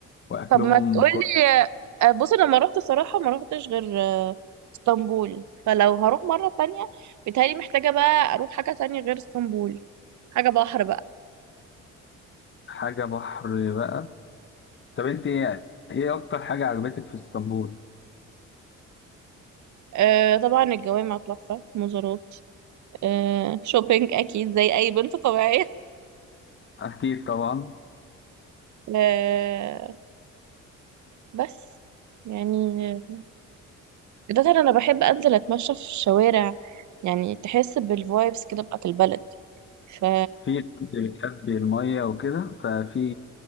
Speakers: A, on the left; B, on the right.
A: واكلهم
B: طب ما تقولي
A: ك-
B: آه، بصي لما رحت صراحه ما رحتش غير آه، اسطنبول فلو هروح مره تانية بيتهيألي محتاجه بقى اروح حاجه تانية غير اسطنبول حاجه بحر بقى
A: حاجه بحر بقى طب انت ايه إيه اكتر حاجه عجبتك في اسطنبول
B: آه طبعا الجوامع تحفة مزارات آه شوبينج أكيد زي أي بنت طبيعية
A: اكيد طبعا
B: آه بس يعني آه، ده ترى أنا بحب أنزل أتمشى في الشوارع يعني تحس بالفايبس كده بتاعت البلد ف
A: في انت بتحبي الميه وكده ففي